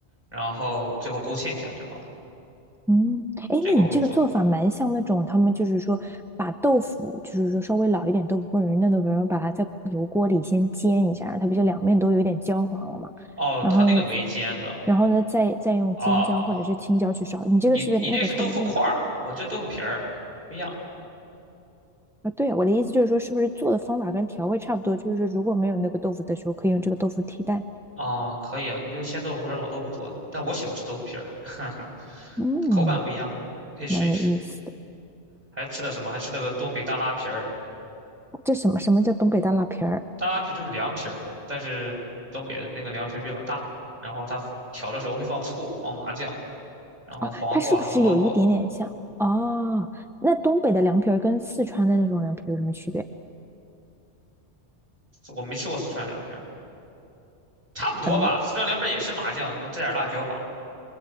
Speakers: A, on the right; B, in the centre.
A: 然后最后勾芡一下就好了。
B: 嗯，哎，
A: 这个我会做。
B: 那你这个做法蛮像那种，他们就是说把豆腐，就是说稍微老一点豆腐或者是嫩豆腐，然后把它在油锅里先煎一下，它不就两面都有点焦黄了嘛？
A: 哦，
B: 然后呢，
A: 他那个没煎的
B: 最然后呢，再再用尖椒或者是青椒去烧。
A: 啊，
B: 你这个是不是那个菜的另
A: 你你那是豆腐块儿，我这豆腐皮儿不一样
B: 啊？对啊，我的意思就是说，是不是做的方法跟调味差不多？就是说，如果没有那个豆腐的时候，可以用这个豆腐替代。
A: 啊，可以啊，你就鲜豆腐或者老豆腐做的，但我喜欢吃豆腐皮儿，<laughs>
B: 嗯，
A: 口感不一样嘛，你可以试一试。
B: 蛮有意思的。
A: 还吃了什么？还吃了个东北大拉皮儿，
B: 这什么什么叫东北大辣皮儿？
A: 大拉皮就是凉皮儿，但是东北的那个凉皮儿比较大，然后它调的时候会放醋、放麻酱，然后黄瓜、
B: 哦，它是不是有一点点像？
A: 萝卜，
B: 哦，那东北的凉皮儿跟四川的那种凉皮有什么区别？
A: 我没吃过四川凉皮儿，差不多吧，
B: 嗯，
A: 四川凉皮儿也是麻酱，可能加点辣椒吧，